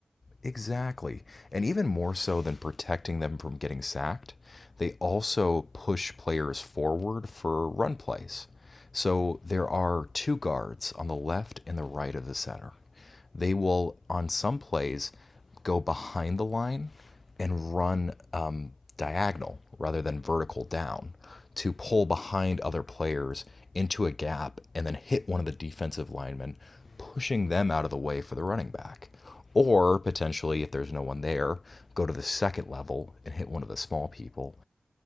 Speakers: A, on the left; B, on the left.
A: Exactly. And even more so than protecting them from getting sacked, they also push players forward for run plays. So
B: Mhm.
A: there are two guards on the left and the right of the center. they will on some plays go behind the line and
B: Mhm.
A: run um, diagonal rather than vertical down to pull behind other players into a gap and then hit one of the defensive linemen,
B: hmm
A: pushing them out of the way for the running back. Or potentially, if there's no one there, go to the second level and hit one of the small people